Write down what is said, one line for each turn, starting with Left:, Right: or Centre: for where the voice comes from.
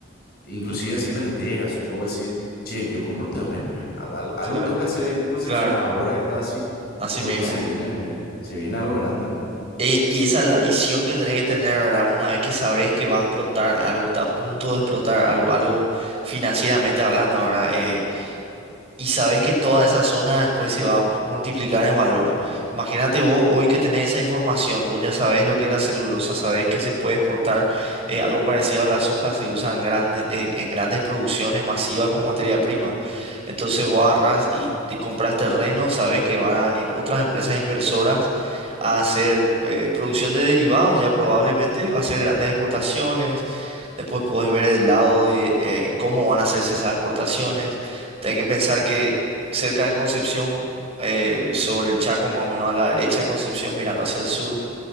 Left: Inclusive así pensé, soy vos decís, che, yo compro terrenos ahí. Al- al- Algo
Right: claro,
Left: tengo que hacer ahí en Concepción
Right: claro.
Left: ahora que está así,
Right: Así
Left: porque
Right: mismo.
Left: se viene, se viene algo grande, bro.
Right: Eh, y esa es la visión que tenés que tener, ¿verdad? Una vez que sabes que va a explotar algo, está a punto de explotar algo, algo financieramente hablando, ¿verdad? Eh, y sabes que toda esa zona después se va a multiplicar en valor. Imagínate vos hoy que tenés esa información, vos ya sabés lo que es la celulosa, sabés que se puede exportar eh, algo parecido a la soja, se usa en grandes, en grandes producciones masivas como materia prima. Entonces vos agarrás y te compras terreno, sabés que van a venir otras empresas inversoras a hacer eh, producción de derivados, ya probablemente, va a hacer grandes exportaciones. Después puedes ver el lado de eh, cómo van a hacerse esas exportaciones. Tenés que pensar que cerca de Concepción, eh, sobre el Chaco, más o menos a la derecha de Concepción, mirando hacia el sur,